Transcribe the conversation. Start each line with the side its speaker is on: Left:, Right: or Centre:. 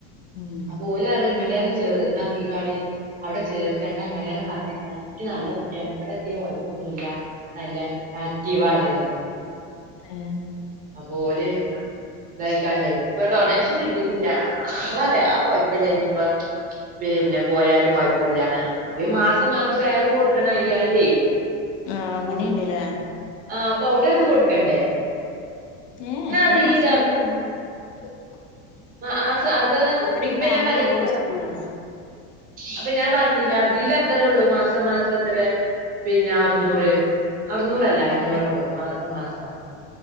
Left: ഉം
Right: അപ്പ ഓല് പറിയാ ഇങ്ങടെ ചെറ് ഇതാക്കി കാളി അവിടെ ചേർത്തണ്ട ഇങ്ങനെന്നെ പറഞ്ഞിട്ടാണ് കുട്ടി നല്ല കുട്ടിയാണ് ഇവടെ എത്തിയാ കൊയപ്പൊന്നുല്ല നല്ല ആക്റ്റീവാണ്ന്ന്
Left: ഏഹ്
Right: അപ്പൊ ഓല് ഇതായിക്കാണ്ടെന്ന് ഇപ്പൊ ഡൊണേഷൻ കിട്ടീട്ടില്ലാ അപ്പ അങ്ങള പറിയാ അത് കൊഴപ്പല്ല ഇഞ്ഞിപ്പോ പിന്നെ പോയാലും കൊഴപ്പയില്ലാന്ന് പർഞ്ഞ് ഈ മാസം മാസം വേറേം കൊടുക്കണം അയ്യായിരെ
Left: ആഹ് അങ്ങനെയ്ണ്ട്ല്ലേ
Right: ആഹ് അപ്പ അവുടെ അത് കൊടുക്കണ്ടേ
Left: ഏഹ്
Right: എന്നാ
Left: ഇവിടെ
Right: അത്
Left: മാസ
Right: ഈ ഗ
Left: മാസ അറുന്നൂറ് <unintelligible>
Right: ആഹ് ആഹ് മാസ അത്
Left: ഇവിടെ
Right: ഇപ്പൊ
Left: ഈ നാല്
Right: ഞാൻ പറഞ്ഞില്ലേ
Left: വരെയുള്ള
Right: പത്
Left: സ്കൂളാണ്
Right: അപ്പൊ ഞാൻ പറഞ്ഞില്ലേ അതില് അത്രേ ഉള്ളൂ മാസം മാസം എത്രാ പിന്നാ നൂറ് അറുന്നൂറല്ല അഞ്ഞൂറാ
Left: ഏഹ് ഏഹ്
Right: തോന്ന് മാസം മാസം